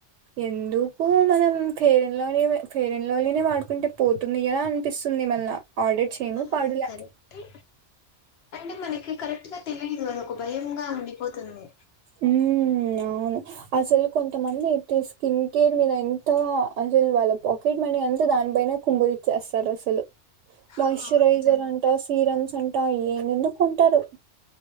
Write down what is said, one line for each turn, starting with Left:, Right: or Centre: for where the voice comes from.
Right: ఎందుకు మనం ఫేరెన్ లవ్లీ వే ఫెరెన్ లవ్లీ నె వాడుకుంటే పోతుంది కదా అనిపిస్ స్తుంది మల్ల ఆర్డర్ చేయను
Left: ఆ
Right: పాడులే
Left: కరెక్టే అంటే మనకి కరెక్ట్ గా తెలీదుగా ఒక భయంగా ఉండిపోతుంది.
Right: మ్మ్ అవును అసలు కొంతమంది అయితే స్కిన్ కేర్ మీద ఎంత అసలు వాళ్ళ పాకెట్ మనీ అంటె దానిపైనే కుంగరిచ్చేస్తారు అసలు
Left: ఆ!
Right: మాయిశ్చరైజర్
Left: అవును చాలు
Right: అంటా సీరమ్స్ అంటా ఏందేదో కొంటరు.